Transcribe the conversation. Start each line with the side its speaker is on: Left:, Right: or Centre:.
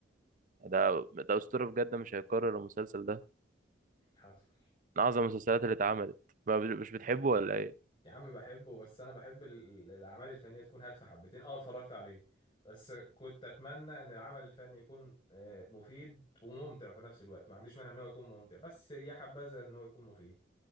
Right: ده ده اسطورة بجد مش هيتكرر المسلسل ده
Left: حاصر
Right: من اعظم المسلسلات اللي اتعملت ما بت- مش بتحبه ولا ايه
Left: يا عم بحبه بس أنا بحب ال- ال- الأعمال الفنية تكون هادفة حبتين أه اتفرجت عليه بس كنت أتمنى إن العمل الفني يكون آه، مفيد وممتع في نفس الوقت ما عنديش مانع إن هو يكون ممتع بس يا حبذا إن هو يكون مفيد